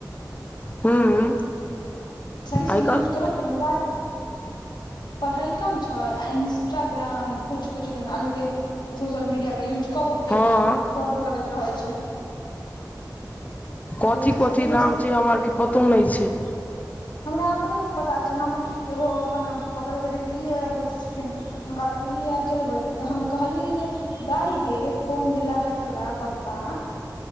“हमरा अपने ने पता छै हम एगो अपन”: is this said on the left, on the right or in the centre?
Left